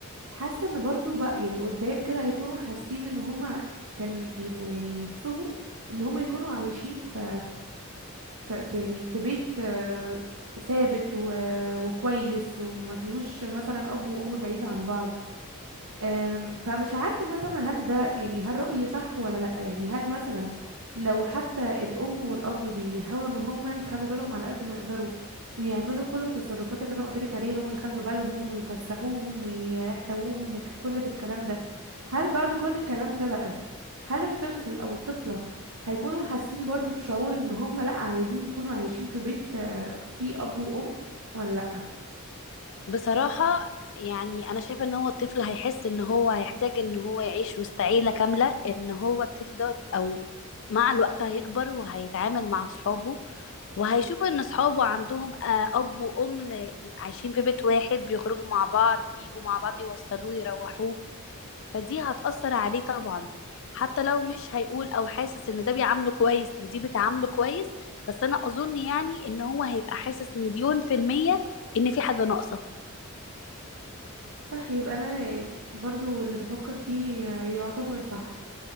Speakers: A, on the right; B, on the left.
A: حاسة إن برضو بقى يعني قدام كده هيكونوا حاسين إن هما كان يبقوا يعني نفسهم إن هما يكونوا عايشين في في, في يعني في بيت آه، ثابت و- وكويس وما فيهوش مثلا اب وام بعيد عن بعض أم، فمش عارفة مثلا هل ده يعني هل رأيي صح ولا لأ يعني هل مثلا لو حتى الأم والأب بيحاولوا إن هما يخلوا بالهم على قد ما يقدروا ويعملوا كل التصرفات اللي أنا قلتلك عليها اللي هما يخلوا بالهم ويفسحوهم ويحتووهم وكل ده الكلام ده هل بعد كل الكلام ده بقى هل الطفل أو الطفلة هيكونوا حاسين برضو بشعور إن هما لأ عايزين يكونوا عايشين في بيت آه، فيه أب وأم ولا لأ
B: بصراحة يعني أنا شايفة إن هو الطفل هيحس إن هو هيحتاج إن هو يعيش وسط عيلة كاملة إن هو الطفل دوت أو مع الوقت هيكبر وهيتعامل مع أصحابه وهيشوف إن أصحابه عندهم آه، أب وأم عايشين في بيت واحد بيخرجوا مع بعض بيجوا مع بعض يوصلوه يروحوه فدي هتأثر عليه طبعا حتى لو مش هيقول أو حاسس إن ده بيعامله كويس ودي بتعامله كويس بس أنا أظن يعني إن هو هيبقى حاسس مليون في المية إن في حاجة ناقصة
A: صح يبقى أنا برضو اللي بفكر فيه آه، يعتبر صح